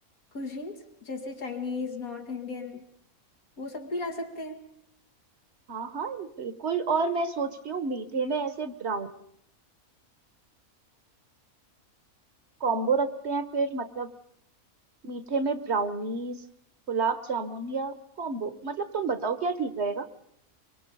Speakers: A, on the left; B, on the right.
A: कुजीन्स जैसे चाइनीज नॉर्थ इंडियन वो सब भी ला सकते हैं
B: हाँ हाँ बिल्कुल और मैं सोच रही हूँ मीठे में ऐसे ब्राउन कॉम्बो रखते हैं फिर मतलब मीठे में ब्राउनीज गुलाब जामुन या कॉम्बो मतलब तुम बताओ क्या ठीक रहेगा